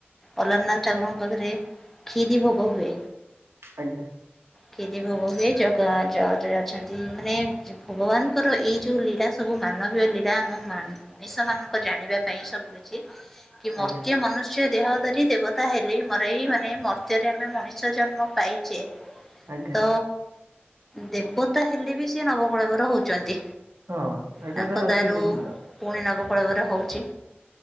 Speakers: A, in the centre; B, on the right (about 80°).
A: ଅଲାରନାଥ ଠକୁରଙ୍କ ପାଖରେ କ୍ଷିରି ଭୋଗ ହୁଏ।
B: ଆଜ୍ଞା।
A: କେତେ ଭୋଗ ହୁଏ ଅଛନ୍ତି ମାନେ ଭଗବାନଙ୍କର ଏଇ ଯୋଉ ଲୀଳା ସବୁ ମାନବୀୟ ଲୀଳା ଆମ ମଣିଷ ମାନଙ୍କ ଜାଣିବା ପାଇଁ ସବୁ କିଛି କି
B: ଆଜ୍ଞା।
A: ମତ୍ୟ ମନୁଷ୍ୟ ଦେହ ଧରି ଦେବତା ହେଲେ ମରଇ ମାନେ ମୂର୍ତ୍ୟରେ ଆମେ ମଣିଷ ଜନ୍ମ ପାଇଛେ
B: ଆଜ୍ଞା
A: ତ ଦେବତା ହେଲେ ବି ସେିଏ ନବକଳବର ହଉଛନ୍ତି।
B: ହଁ ଏଇଟା
A: ତାଙ୍କ
B: ତ
A: ଦାରୁ
B: ସୁନିଶ୍ଚିତ
A: ପୁଣି ନବ ଳବରେ ହେଛି